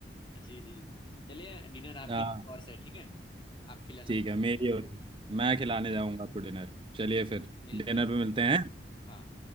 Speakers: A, on the left; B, on the right.
A: जी जी चलिए डिनर आपकी
B: हाँ
A: और से ठीक है आप खिलाना
B: ठीक
A: मुझे
B: है मेरी हो रही है। मैं खिलाने जाऊंगा आपको डिनर चलिए फिर
A: मिलते
B: डिनर
A: हैं
B: पे मिलते हैं
A: हाँ